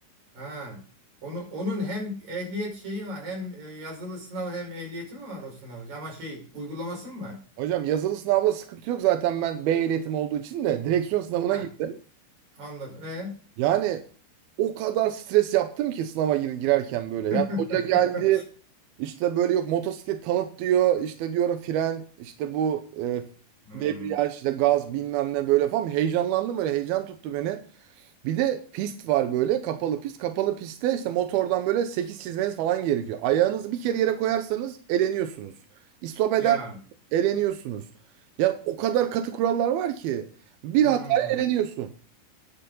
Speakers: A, on the right; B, on the right.
A: Ha. Onu, onun hem ehliyet şeyi var hem e, yazılı sınav hem ehliyeti mi var o sınavı? Ama şey uygulaması mı var?
B: Hocam yazılı sınavda sıkıntı yok zaten ben B ehliyetim olduğu için de direksiyon sınavına
A: Ha.
B: girdim.
A: Anladım. E?
B: Yani o kadar stres yaptım ki sınava gir- girerken böyle.
A: <laughs>
B: Yani hoca geldi işte böyle yok motosiklet tanıt diyor. İşte diyorum fren işte bu e,
A: Hmm.
B: debriyaj işte gaz bilmem ne böyle falan. Heyecanlandım böyle heyecan tuttu beni. Bir de pist var böyle kapalı pist. Kapalı pistte işte motordan böyle 8 çizmeniz falan gerekiyor. Ayağınızı bir kere yere koyarsanız eleniyorsunuz. İstop eder
A: Ya.
B: eleniyorsunuz. Ya o kadar katı kurallar var ki bir
A: Hmm.
B: hataya eleniyorsun.